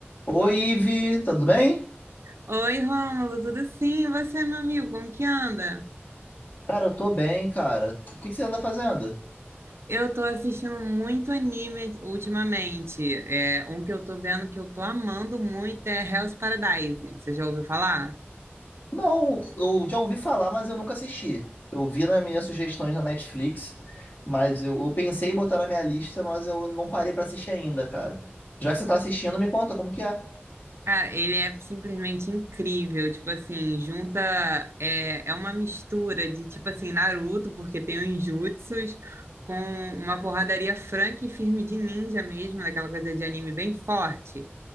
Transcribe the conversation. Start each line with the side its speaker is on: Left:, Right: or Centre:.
Left: Oi, Ive, tá tudo bem?
Right: Oi, Rômulo, tudo sim? E você, meu amigo, como que anda?
Left: Cara, eu tô bem, cara. O que que você anda fazendo?
Right: Eu tô assistindo muito anime ultimamente. É, um que eu tô vendo que eu tô amando muito é Hell's Paradise. Você já ouviu falar?
Left: Não, eu já ouvi falar, mas eu nunca assisti. Eu vi nas minhas sugestões na Netflix, mas eu, eu pensei em botar na minha lista, mas eu não parei pra assistir ainda, cara. Já que você tá assistindo, me conta como que é.
Right: Cara, ele é simplesmente incrível. Tipo assim, junta. É, é uma mistura de, tipo assim, Naruto, porque tem os jutsus, com uma porradaria franca e firme de ninja mesmo, daquela coisa de anime bem forte.